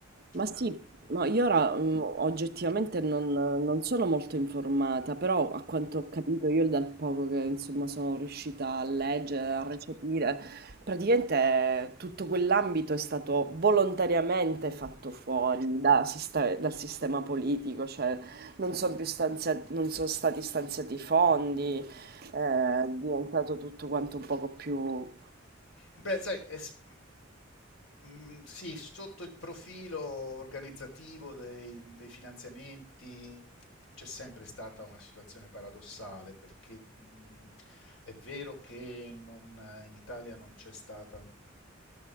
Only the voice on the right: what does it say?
Ma sì, ma io ora mm, oggettivamente non, non sono molto informata, però a quanto ho capito io dal poco che insomma sono riuscita a leggere, a recepire, praticamente tutto quell'ambito è stato volontariamente fatto fuori da siste- dal sistema politico, cioè non sono più stanzia- non sono stati stanziati i fondi, eh, è diventato tutto quanto un poco più...